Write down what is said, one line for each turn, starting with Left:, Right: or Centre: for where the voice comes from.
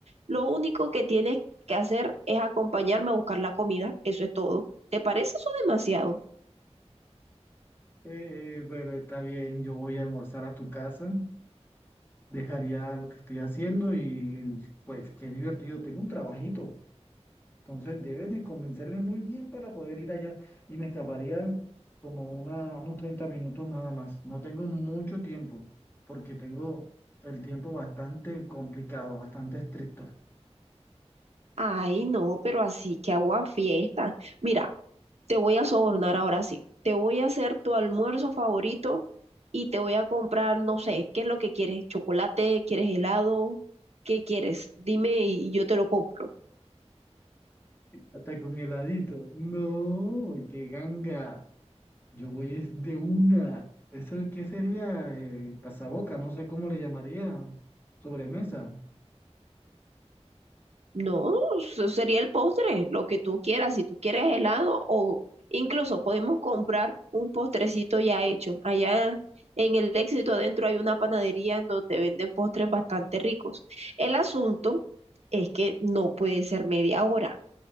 Right: Lo único que tienes que hacer es acompañarme a buscar la comida, eso es todo. ¿Te parece eso demasiado?
Left: Eh, bueno, está bien, yo voy a almorzar a tu casa. dejaría lo que estoy haciendo y pues qué divertido, tengo un trabajito. Entonces debes de convencerme muy bien para poder ir allá y me escaparían como una- unos 30 minutos nada más. No tengo mucho tiempo porque tengo el tiempo bastante complicado, bastante estricto.
Right: Ay, no, pero así que hago a fiesta. Mira, te voy a sobornar ahora sí. Te voy a hacer tu almuerzo favorito y te voy a comprar, no sé, ¿qué es lo que quieres? ¿Chocolate? ¿Quieres helado? ¿Qué quieres? Dime y yo te lo compro.
Left: Hasta con heladito. No, qué ganga. Yo voy es de una. ¿Eso qué sería? Eh, pasaboca, no sé cómo le llamaría. Sobremesa.
Right: No, eso sería el postre, lo que tú quieras. Si tú quieres helado o incluso podemos comprar un postrecito ya hecho. Allá en el Éxito Adentro hay una panadería en donde venden postres bastante ricos. El asunto es que no puede ser media hora.